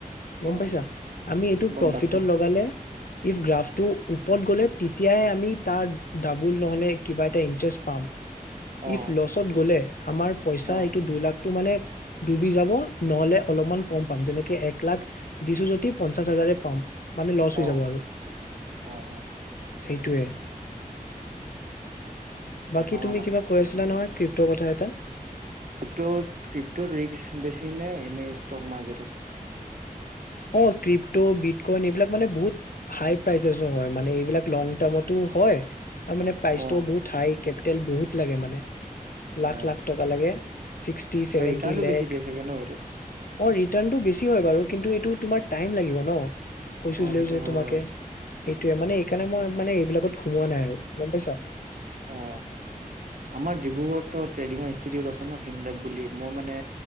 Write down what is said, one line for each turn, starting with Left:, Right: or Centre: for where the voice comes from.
Right: অ
Left: গম পাইছা, আমি এইটো
Right: গম
Left: প্ৰফিটত
Right: পাইছো
Left: লগালে ইফ গ্ৰাফটো উপৰত গ'লে তেতিয়াই আমি তাৰ ডাবুল নহ'লে কিবা এটা ইন্টাৰেষ্ট পাম।
Right: অ',
Left: ইফ ল'চত গ'লে আমাৰ পইচা
Right: অ',
Left: এইটো দুই লাখ টো মানে ডুবি যাব নহ'লে অলপমান কম পাম, যেনেকে এক লাখ দিছো যদি পঞ্চাশ হাজাৰে পাম। মানে লচ
Right: অ',
Left: হৈ যাব আৰু।
Right: অ', অ',
Left: সেইটোৱে।
Right: তেনেকুৱা
Left: বাকী তুমি কিবা কৈ আছিলা নহয় কৃ সেইটো কথা এটা।
Right: ক্ৰিপ্তত ক্ৰিপট'ত ৰিস্ক বেছি নে এনেই ষ্টক মাৰ্কেটত
Left: অ' ক্ৰিপ্ত বিটকইন এইবিলাক মানে বহুত হাই প্ৰাইচেছো হয় মানে এইবিলাক লং টাৰ্মতো হয় তাৰ মানে প্ৰাইচটোও
Right: অ',
Left: বহুত হাই কেপিটেল বহুত লাগে মানে।
Right: অ',
Left: লাখ- লাখ টকা লাগে, ছিক্সটি ছেভেনটি
Right: আৰু ৰিটাৰ্ণটো
Left: লেখ।
Right: বেছি দিয়ে চাগে ন এইটোত
Left: অঁ টাৰ্ণটো বেছি হয় বাৰু। কিন্তু এইটো তোমাৰ টাইম লাগিব ন। কৈছিলো
Right: অ', সেইটো
Left: যে
Right: হয়
Left: তোমাকে।
Right: বাৰু
Left: সেইটোৱে মানে এইকাৰণে মই মানে এইবিলাকত সোমোৱা নাই আৰু গম পাইছা।
Right: অঁ আমাৰ ডিব্ৰুগড়ত ট্ৰেদিঙৰ ইনস্তিতিউট আছে ন ফিনলেৱ বুলি মই মানে